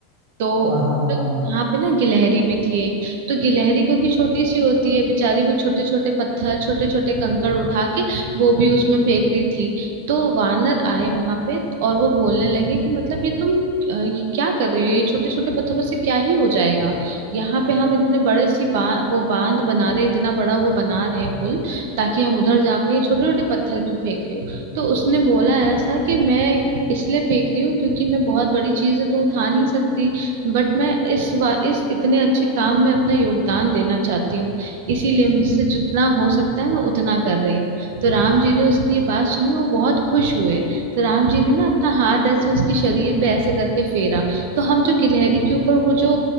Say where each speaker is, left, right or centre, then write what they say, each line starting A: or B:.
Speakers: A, on the right (about 65°); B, on the right (about 35°).
A: तो
B: हाँ हाँ हाँ
A: वहां
B: हाँ हाँ
A: पे ना गिलहरी भी थी एक तो गिलहरी क्योंकि छोटी सी होती है बेचारी वो छोटे छोटे पत्थर छोटे छोटे कंकड़ उठा के वो भी उसमें फेंक रही थी तो वानर आए वहां पे और वो बोलने लगे कि मतलब ये तुम अ, ये क्या कर रही हो ये छोटे छोटे पत्थरों से क्या ही हो जाएगा यहाँ पे हम इतने बड़े सी बा, वो बांध बना रहे हैं, इतना बड़ा वो बना रहे हैं पुल ताकि हम उधर जा पाए छोटे छोटे पत्थर क्यों फेंक रही हो तो उसने बोला ऐसा कि मैं इसलिए फेंक रही हूँ क्योंकि मैं बहुत बड़ी चीज है तो उठा नहीं सकती बट मैं इस वा, इस इतने अच्छे काम में अपना योगदान देना चाहती हूँ इसीलिए मुझसे जितना हो सकता है मैं उतना कर रही हूँ तो राम जी ने उसकी ये बात सुनी वो बहुत खुश हुए तो राम जी ने ना अपना हाथ ऐसे उसके शरीर पे ऐसे करके फेरा तो हम जो गिलहरी के ऊपर वो जो